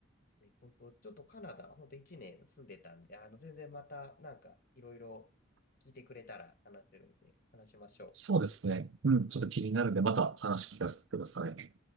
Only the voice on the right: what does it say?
そうですね。うん、ちょっと気になるんで、また話聞かせてください。